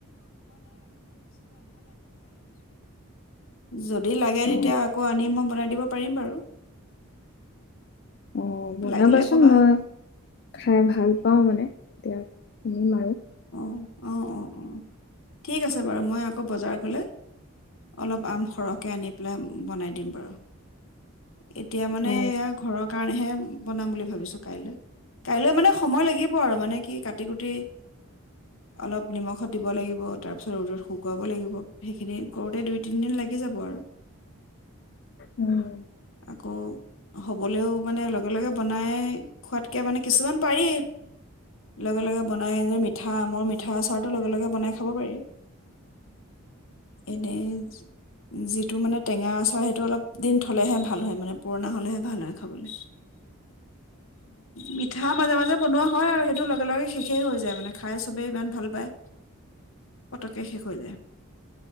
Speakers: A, on the left; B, on the left.
A: যদি লাগে
B: অ
A: তেতিয়া আকৌ আনি মই বনাই দিব পাৰিম বাৰু
B: অ বনাবাচোন
A: লাগিলে ক'বা
B: মই খাই ভাল পাওঁ মানে তেওঁ উম আৰু
A: অহ অহ অহ ঠিক আছে বাৰু মই আকৌ বজাৰ গ'লে অলপ আম সৰহকে আনি পেলাই বনাই দিম বাৰু। এতিয়া মানে
B: অ
A: এয়া ঘৰৰ কাৰণেহে বনাম বুলি ভাবিছোঁ কাইলৈ, কাইলৈ মানে সময় লাগিব আৰু মানে কি কাটি কুটি অলপ নিমখো দিব লাগিব। তাৰ পিছত ৰ'দত শুকা লাগিব, সেইখিনি কৰোতে দুই তিনিদিন লাগি লে যাব আৰু।
B: অ'
A: আকৌ হ'বলৈও মানে লগে লগে বনাই খোৱাতকে মানে কিছুমান পাৰি লগে লগে বনাই যে মিঠা আমৰ মিঠা আচাৰটো লগে লগে বনাই খাব পাৰি। এনেজ জিৎ তুমানে টেঙা আচাৰ সেইটো অলপ দিন থ'লেহে ভাল হয় মানে পুৰণা হ'লেহে ভাল হয় খাবলৈ। মিঠা মাজে মাজে বনোৱা হয় আৰু সেইটো লগে লগে শেষেই হৈ যায় মানে খাই চবেই ইমান ভাল পায়। পতকে শেষ হৈ যায়।